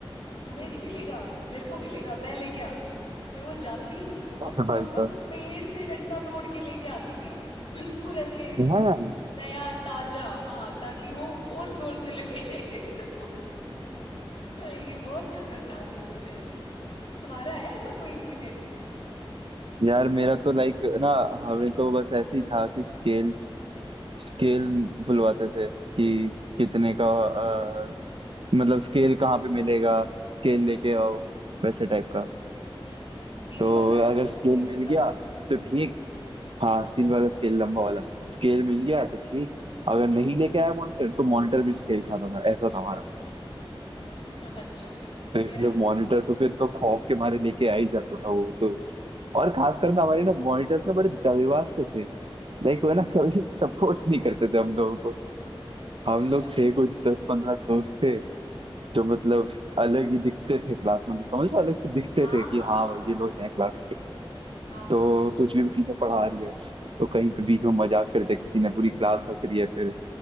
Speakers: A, on the left (about 60°); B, on the right (about 65°).
A: तुम्हें नहीं मिलेगा मेरे को मिलेगा मैं लेके आती हूँ फिर वो जाती और
B: अरे
A: प्रॉपर
B: भाई साहब
A: पेड़ से डंडा तोड़ के लेके आती थी बिल्कुल ऐसे
B: हाँ
A: नया ताजा हाँ ताकि वो और जोर से लगे <laughs> तो और ये बहुत खतरनाक दिन थे तुम्हारा है ऐसा कोई इंसिडेंट
B: यार मेरा तो लाइक ना हमें तो बस ऐसे ही था कि स्केल स्केल बुलवाते थे कि कितने का अ, मतलब स्केल कहाँ पे मिलेगा स्केल लेके आओ वैसे टाइप का
A: वो स्टील
B: तो
A: वाला
B: अगर
A: जो
B: स्केल
A: स्केल
B: मिल
A: होता
B: गया
A: था
B: तो ठीक हाँ स्टील वाला स्केल लंबा वाला स्केल मिल गया तो ठीक अगर नहीं लेके आया मॉनिटर तो मॉनिटर भी स्केल खाता था ऐसा था हमारा
A: <laughs> अच्छा पर
B: तो इसलिए
A: यार स-
B: मॉनिटर तो फिर तो खौफ के मारे लेके आ ही जाता था वो तो और खास कर ना हमारे ना मॉनिटर्स ना बड़े दगेबाज से थे लाइक वो ना कभी सपोर्ट नहीं करते थे हम लोगों को
A: अच्छा
B: हम लोग थे कुछ दस पंद्रह दोस्त थे जो मतलब अलग ही दिखते थे क्लास में तो समझ लो अलग से दिखते
A: हाँ
B: थे कि
A: हाँ
B: हाँ
A: हाँ
B: भाई ये लोग हैं क्लास
A: हाँ हाँ
B: तो कुछ भी चीजें पढ़ा रही है तो कहीं पे बीच में मजाक कर दिया किसी ने पूरी क्लास हंस रही है फिर